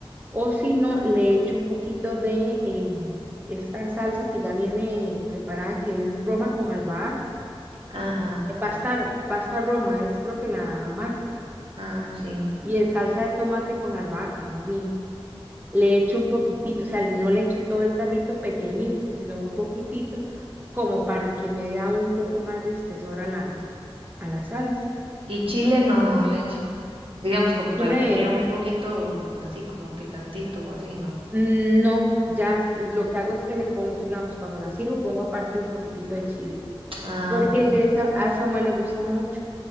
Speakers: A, on the right; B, on the right.
A: O si no, le echo un poquito de eh, esta salsa que ya viene preparada, que es Roma con albahaca.
B: ajá, ajá.
A: Eh, Pasta, pasta Roma es creo que la marca.
B: Ah, sí.
A: Y es salsa de tomate con albahaca, más bien. Le echo un poquitito, o sea, no le echo todo el tarrito pequeñito, sino un poquitito, como para que me dé aún un poco más de espesor a la, a la salsa.
B: Y chile no, no le echa. Digamos, como
A: Y
B: para
A: le,
B: que quede un poquito así, como picantito así, ¿no?
A: mm, no, ya lo que hago es que le pongo, digamos, cuando la sirvo, pongo aparte un poquitito de chile
B: Ah,
A: porque
B: ok.
A: de esa, a Samuel le gusta mucho,